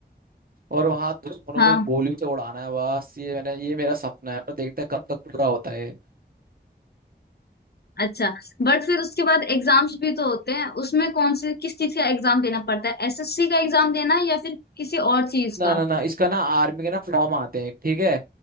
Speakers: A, on the right (about 55°); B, on the left (about 65°).
A: और वहां दुश्मनों
B: हाँ
A: को गोली से उड़ाना है बस ये मैंने ये मेरा सपना है पर देखते हैं कब तक पूरा होता है
B: अच्छा बट फिर उसके बाद एग्जाम्स भी तो होते हैं उसमें कौन से किस चीज का एग्जाम देना पड़ता है एसएससी का एग्जाम देना है या फिर किसी और चीज
A: ना
B: का
A: ना ना इसका ना आर्मी के ना फॉर्म आते हैं ठीक है